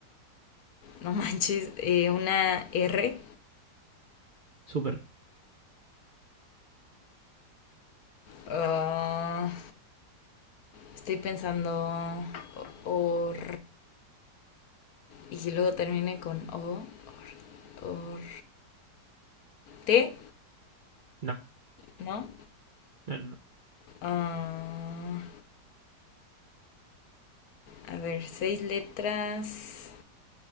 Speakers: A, on the left; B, on the right.
A: no <laughs> manches. Eh, una R.
B: súper.
A: Ah, Estoy pensando or y que luego termine con o, or t,
B: No,
A: ¿no?
B: no, no.
A: Ah, a ver, seis letras